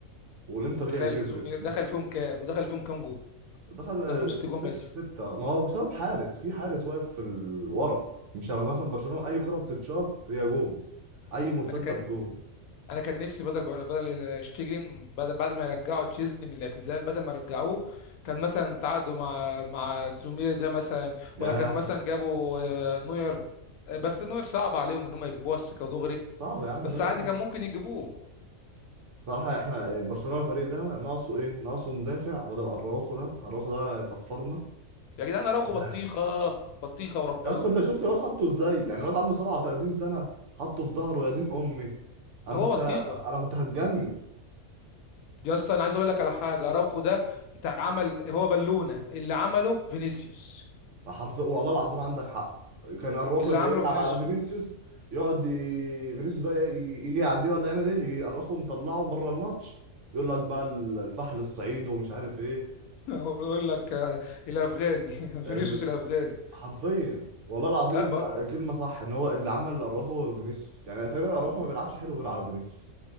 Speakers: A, on the right; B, on the left.
A: والانتر
B: وتخيل
A: هي اللي كسبت
B: الزوم دخل فيهم كام ودخل فيهم كام جول
A: دخل آه،
B: دخل فيهم ست جون
A: ستة
B: بس
A: ستة ما هو بسبب حارس في حارس واقف في ال- ورا مش شبه مثلا برشلونة أي كرة بتتشاط هي جون أي مرتدة
B: انا كان
A: بجون
B: انا كان نفسي بدل بدل شتيجن بدل بعد ما يرجعوا تشيزني من الاعتزال بدل ما رجعوه كان مثلا تعاقدوا مع مع زومير ده مثلا
A: ياه
B: ولا كانوا مثلا جابوا آه، نوير آه، بس نوير صعب عليهم ان هم يجيبوه على السكه ودغري
A: صعب يا عم
B: بس
A: نقدر
B: عادي
A: إيه؟
B: كان ممكن يجيبوه
A: صراحة احنا برشلونة الفريق ده ناقصه ايه؟ ناقصه مدافع بدل اراوخو ده، اراوخو ده كفرنا
B: يا جدعان اراوخو
A: وحارس
B: بطيخه بطيخه وربنا
A: يا اسطى انت شفت الواد حطه ازاي؟ يعني الواد عنده 37 سنة حطه في ظهره يا دين امي انا
B: هو
A: كنت
B: بطيخه
A: انا كنت هتجنن
B: يا اسطى انا عايز اقول لك على حاجه اراوخو ده اتعمل هو بالونه اللي عمله فينيسيوس
A: فحرف والله العظيم عندك حق كان اراخو
B: اللي عمله
A: يلعب
B: فينيسيوس
A: على فينيسيوس يقعد ي... فينيسيوس بقى يجي, يجي يعديه ولا يعمل ايه يجي اراخو مطلعه بره الماتش يقول لك بقى ال- الفحل الصعيد ومش عارف ايه
B: <laughs> هو يقول لك آه، الافغاني <laughs>
A: ال...
B: فينيسيوس الافغاني
A: حرفيا والله العظيم
B: لا
A: انت كلمه صح ان هو اللي عمل اراخو فينيسيوس يعني تقريبا اراخو ما بيلعبش حلو غير على فينيسيوس